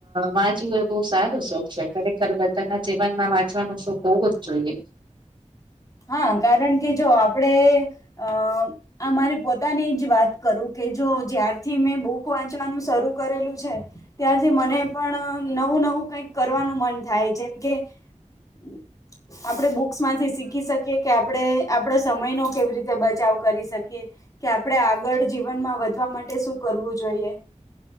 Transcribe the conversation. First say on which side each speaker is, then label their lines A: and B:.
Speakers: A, on the right (about 40°); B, on the left (about 25°).
A: વાચવું એ બહ સારો શોખ છે ખરે ત બધાના જીવનમાં વાંચવાનું શોખ હોવું જ જોઈએ
B: હા કારણ કે જો આપડે અ આ મારી પોતાની જ વાત કરું કે જો જાર થી મેં બુક વાંચવાનું શરૂ કરેલું છે ત્યારથી મને પણ નવું નવું કઈક કરવાનું મન થાય જેમ કે આપડે બુક શકી કે આપણે આપ સમય નો કેવી રીતે બચાવ કરી શકીએ કે આપણે આગળ જીવ જીવનમાં વધવા માટે શું કરવું જોઈએ